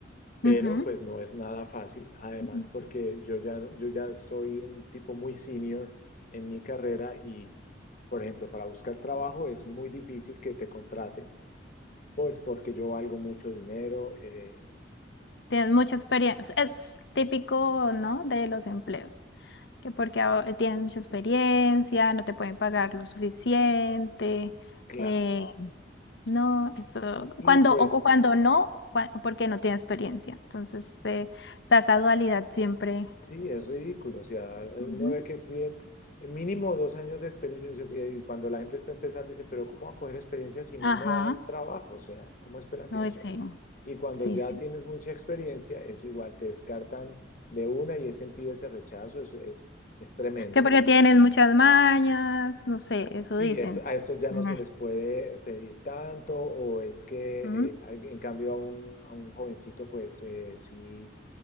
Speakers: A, on the left; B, on the left.
A: pero
B: Ujú.
A: pues no es nada fácil, además
B: Ujú.
A: porque yo ya, yo ya soy un tipo muy senior en mi carrera y, por ejemplo, para buscar trabajo es muy difícil que te contraten, pues porque yo valgo mucho dinero, eh,
B: Tienen mucha experiencia. Es típico, ¿no? De los empleos. Que porque ah, tienes mucha experiencia, no te pueden pagar lo suficiente.
A: claro,
B: eh, No, eso,
A: y
B: cuando,
A: pues...
B: o o cuando no, cua- porque no tiene experiencia. Entonces, eh, está esa dualidad siempre.
A: Sí, es ridículo. O sea, uno
B: Ujú.
A: ve que piden mínimo dos años de experiencia y dice- y cuando la gente está empezando dicen, pero ¿cómo va a coger experiencia si no
B: Ajá,
A: me dan trabajo? O sea, ¿cómo esperan que?
B: no,
A: O sea,
B: sí,
A: y cuando
B: sí,
A: ya
B: sí.
A: tienes mucha experiencia, es igual, te descartan de una y he sentido ese rechazo, es, es, es tremendo.
B: Que porque
A: Es muy-
B: tienes muchas mañas, no sé, eso
A: sí,
B: dicen.
A: eso- a eso ya
B: Ujú.
A: no se les puede pedir tanto o es que
B: Ujú.
A: eh, en cambio a un, a un jovencito, pues eh, sí